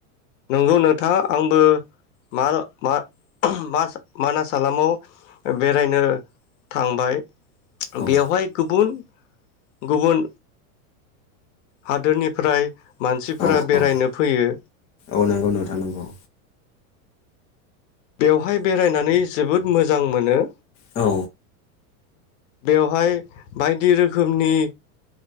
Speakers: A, on the left; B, on the left.
A: नोंगौ नोंथां आंबो माल-मा-मास-मानास हालामाव बेरायनो थांबाय
B: औ
A: बेवहाय गुबुन गुबुन हादोरनिफ्राय मानसिफोरा
B: औ
A: बेरायनो
B: औ
A: फैयो।
B: औ नंगौ नोंथां नंगौ
A: बेवहाय बेरायनानै जोबोद मोजां मोनो
B: औ
A: बेवहाय बायदि रोखोमनि